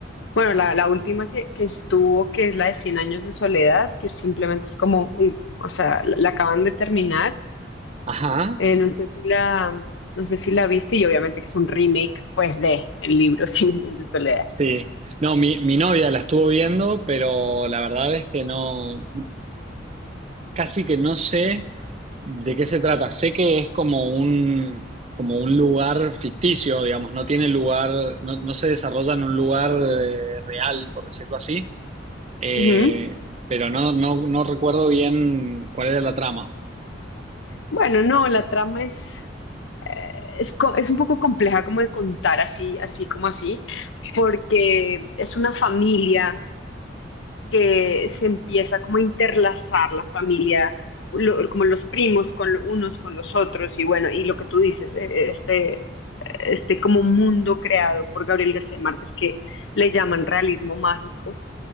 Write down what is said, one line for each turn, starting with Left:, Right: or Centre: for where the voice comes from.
Left: bueno, la, la última que, que estuvo, que es la de cien años de soledad, que simplemente es como, uy, o sea, la, la acaban de terminar.
Right: Ajá.
Left: Eh, no sé si la, no sé si la viste y obviamente que es un remake, pues, de el libro <laughs> cien años de soledad.
Right: Sí, no, mi, mi novia la estuvo viendo, pero la verdad es que no, casi que no sé de qué se trata. Sé que es como un, como un lugar ficticio, digamos, no tiene lugar, no, no se desarrolla en un lugar eh, real, por decirlo así, Eh,
Left: Ujú.
Right: pero no, no, no recuerdo bien cuál era la trama.
Left: Bueno, no, la trama es, eh, es, co- es un poco compleja como de contar así, así como así, porque es una familia. que se empieza como a interlazar la familia, lo- como los primos con lo- unos con los otros y bueno, y lo que tú dices, eh, este, este como mundo creado por Gabriel García Márquez que le llaman realismo mágico,